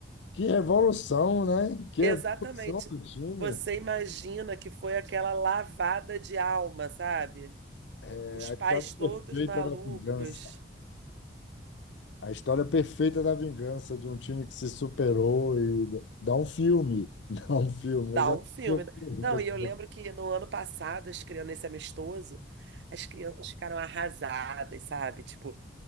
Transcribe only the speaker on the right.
Exatamente.
Você imagina que foi aquela lavada de alma, sabe?
Os
pais
todos
malucos.
Dá
um
filme.
Não,
e eu
lembro que no ano passado, as crianças, nesse amistoso, as crianças ficaram arrasadas, sabe? Tipo,